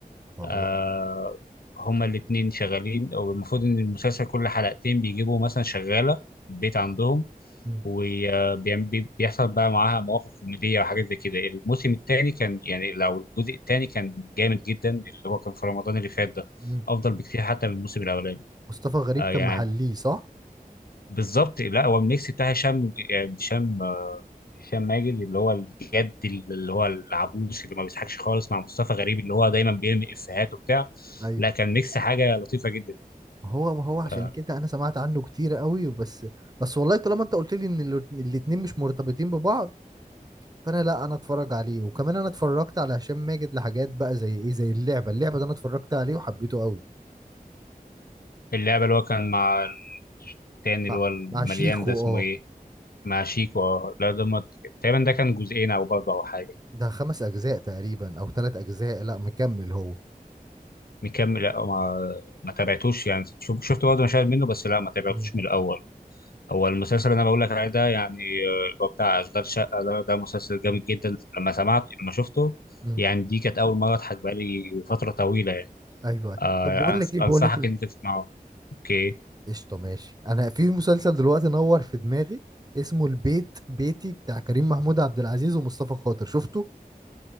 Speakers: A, on the right (about 25°); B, on the left (about 80°).
A: اه
B: آه هما الاتنين شغالين او المفروض ان المسلسل كل حلقتين بيجيبوا مثلا شغالة في البيت عندهم
A: مم.
B: وبيحصل بقى معاها مواقف كوميدية وحاجات زي كده الموسم الثاني كان يعني لو الجزء الثاني كان جامد جدا اللي هو كان في رمضان اللي فات ده
A: مم.
B: أفضل بكتير حتى من الموسم الأولاني
A: مصطفى غريب
B: آه
A: كان
B: يعني
A: محليه صح
B: بالظبط لا هو الميكس بتاع هشام يعني هشام هشام ماجد اللي هو الجد اللي هو العبوس اللي ما بيضحكش خالص مع مصطفى غريب اللي هو دايما بيرمي افيهات وبتاع
A: ايوه
B: لا كان ميكس حاجه لطيفه جدا
A: ما هو ما هو عشان
B: آه،
A: كده انا سمعت عنه كتير قوي بس بس والله طالما انت قلت لي ان الاتنين مش مرتبطين ببعض فانا لا انا اتفرج عليه وكمان انا اتفرجت على هشام ماجد لحاجات بقى زي ايه زي اللعبه اللعبه ده انا اتفرجت عليه وحبيته قوي
B: اللعبه اللي هو كان مع التاني اللي
A: مع
B: هو المليان
A: مع شيكو
B: ده اسمه
A: اه
B: ايه مع شيكو لا ده ما- تقريبا ده كان جزئين او برضه او حاجه
A: ده خمس اجزاء تقريبا او ثلاث اجزاء لا مكمل هو
B: مكمل لا ما ما تابعتوش يعني شوف- شفت برضه مشاهد منه بس لا ما تابعتوش
A: مم.
B: من الاول هو المسلسل اللي انا بقول لك عليه ده يعني آه، هو بتاع اشغال شقه ده ده مسلسل جامد جدا لما سمعت لما شفته
A: مم.
B: يعني دي كانت اول مره اضحك بقالي فتره طويله يعني
A: ايوه
B: آه
A: طب بقول لك
B: أنص-
A: ايه بقول
B: انصحك
A: لك ايه
B: انك تسمعه اوكي
A: قشطه ماشي انا في مسلسل دلوقتي نور في دماغي اسمه البيت بيتي بتاع كريم محمود عبد العزيز ومصطفى خاطر شفته